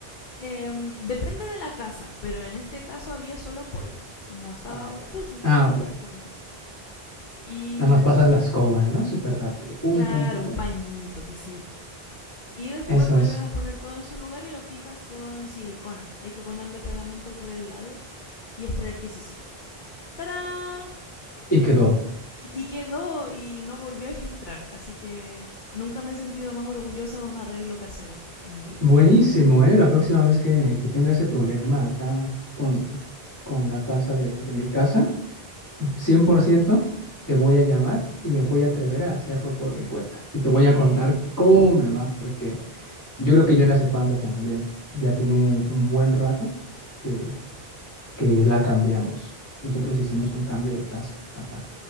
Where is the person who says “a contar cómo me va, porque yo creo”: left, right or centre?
Left